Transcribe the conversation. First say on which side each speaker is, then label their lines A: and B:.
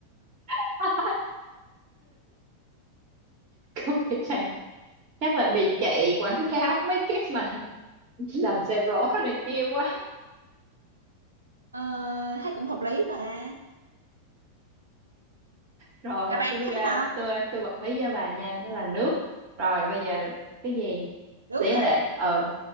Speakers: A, on the right; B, on the right.
A: <laughs> không nghĩ là chắc là bị chạy quảng cáo mấy cái mà <laughs> làm xe rổ này kia quá
B: ờ, thấy cũng hợp lý mà
A: Rồi
B: bà bạn
A: tôi
B: khác
A: ra
B: hả
A: tôi à, tôi bật mí cho bà nha, đó là nước. Rồi bây giờ cái gì?
B: nước
A: Tỷ
B: hả
A: lệ ừ.